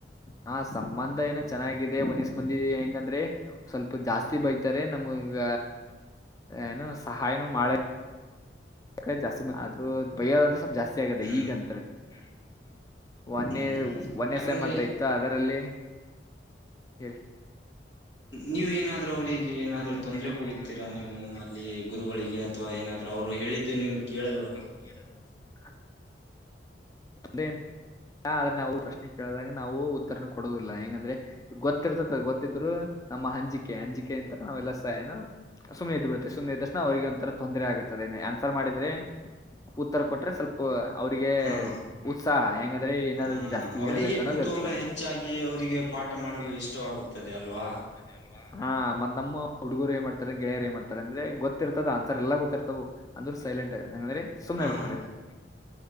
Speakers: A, on the left; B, on the left.
A: ಹಾ ಸಂಬಂಧ ಏನ ಚೆನ್ನಾಗಿದೆ ಓನ್ ಇಸ ಮಂದಿ ಹೆಂಗಂದ್ರೆ? <unintelligible> ಸ್ವಲ್ಪ ಜಾಸ್ತಿ ಬೈತಾರೆ ನಮಗ ಏನೋ ಸಹಾಯನೂ ಮಾಡ <unintelligible> ನನ್ನ ಕಡೆ ಜಾಸ್ತಿ ಬಂದವ ಆದ್ರೂ ಭಯ ಅಂತ ಸ್ವಲ್ಪ್ ಜಾಸ್ತಿ ಆಗದ
B: ಹ್ಮ್
A: ಈಗಂತ್ರ. <unintelligible> ಒನ್ನೇ
B: ಹ್ಮ್
A: ಒನ್ನೇ
B: ಯಾಕಂದ್ರೆ
A: ಸೇಮ್ ಅಂತ ಇತ್ತ ಅದರಲ್ಲಿ ಹೇಳಿ. <unintelligible>
B: ನೀವು ಏನಾದ್ರು ಅವರಿಗ್. <unintelligible> ಏನಾದ್ರೂ
A: ಅವರಿಗೆ
B: ತೊಂದರೆ ಕೊಡತೀರಾ
A: ಏನಾದ್ರು ತೊಂದರೆ
B: ನೀವು
A: ಕೊಡುತ್ತೀರಾ
B: ಅಲ್ಲಿ
A: ನೀವು
B: ಗುರುಗಳಿಗೆ ಅಥವಾ ಏನಾದ <unintelligible> ಅವರು ಹೇಳಿದ್ದೆ ನೀವು ಕೇಳಲ್ವಾ? <unintelligible>
A: ಕೇಳಿ ಬಾಸ್. <unintelligible> ಹಗೆ ಆದ್ರ ನಾವು ಪ್ರಶ್ನೆ ಕೇಳಿದಾಗ ನಾವು ಉತ್ತರನ ಕೊಡುನವುದಿಲ್ಲ ಹೆಂಗಂದ್ರೆ. <unintelligible> ಗೊತ್ತಿರ್ತದ ಗೊತ್ತಿದ್ರು ನಮ್ಮ ಹಂಜಿಕೆ ಅಂಜಿಕೆ ಅಂತ ನಾವ್ ಎಲ್ಲಾ ಸಾಯೋನು? <unintelligible> <inaudible> ಸುಮ್ಮನೆ ಇದ್ದ ಬಿಡುತ್ತೆವೆ ಸುಮ್ಮನ ಇದ್ದಷ್ಟ. <unintelligible> <inaudible> ಅವ್ರರಿಗೆ ಒಂಥರ ತೊಂದರೆ ಆಗುತ್ತದೆ ಆನ್ಸರ್ ಮಾಡಿದ್ರೆ ಉತ್ತರ ಕೊಟ್ರೆ ಸ್ವಲ್ಪ ಅವ್ರಿಗೆ, <unintelligible>
B: ಹಾ ಹಾ
A: ಉತ್ಸಾಹ ಹೆಂಗಂದ್ರೆ ಏನಾದರೂ
B: ಹ
A: ಜಾಸ್ತಿ
B: ಅವರಿಗೆ
A: ಹೇಳ್ಬೇಕ ಅನ್ನೋದ್
B: ಕುತೂಹಲ
A: ಇರ್ತ್ತ.
B: ಹೆಚ್ಚಾಗಿ ಅವರಿಗೆ
A: <inaudible> <unintelligible>
B: ಪಾಠ ಮಾಡಲು ಇಷ್ಟವಾಗುತ್ತದೆ ಅಲ್ವಾ? <unintelligible> <inaudible>
A: ಸರಿ ಅಲ್ಲಾ ಹಾ ಮತ್ತ ನಮ್ಮ ಹುಡುಗರು ಏನ್ ಮಾಡ್ತಾರೆ ಗೆಳೆಯರಿಗ ಏನ್ ಮಾಡ್ತಾರೆ ಅಂದ್ರೆ ಗೊತ್ತ. <unintelligible> ಗೊತ್ತ ಇರ್ತದ ಅನ್ಸಾರ್ ಎಲ್ಲಾ ಗೊತ್ತಿರ್ತವು ಅಂದರೂ ಸೈಲೆಂಟ್ ಹಂಗಂದ್ರೆ ಸುಮನೆ
B: ಹಾ
A: ಬಿಡ್ತಾರೆ
B: ಹಾ
A: ಎಲ್ಲಾ? <unintelligible>